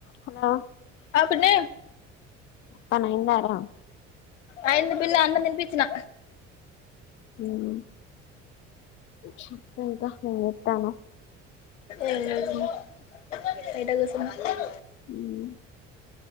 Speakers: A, on the left (about 30°); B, on the left (about 75°).
A: Hello
B: అపున్న
A: పనైందార
B: అయింది పిల్ల అన్నం తినిపిచ్చినా
A: మ్ చెప్పింక ఏం చెత్తన్నావ్
B: ఏ <unintelligible> ఏట కుసున్నావ్
A: మ్మ్